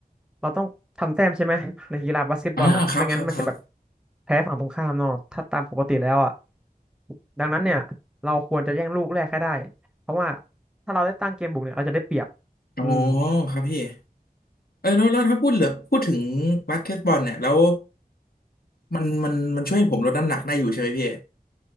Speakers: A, in the centre; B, on the left.
A: เราต้องทำแต้มใช่ไหมในกีฬาบาสเกตบอลอ่ะไม่งั้นมันจะแบบ
B: อ่าครับครับครับ
A: แพ้ฝั่งตรงข้ามเนาะถ้าตามปกติแล้วอ่ะดังนั้นเนี่ยเราควรจะแย่งลูกแรกให้ได้เพราะว่าถ้าเราได้ตั้งเกมบุกเนี่ยเราจะได้เปรียบ
B: อ๋อ
A: อืม
B: ครับพี่เออแล้วแล้วถ้าพูดเหลือพูดถึงบาสเกตบอลเนี่ยแล้วมันมันมันช่วยให้ผมลดน้ำหนักได้อยู่ใช่ไหมพี่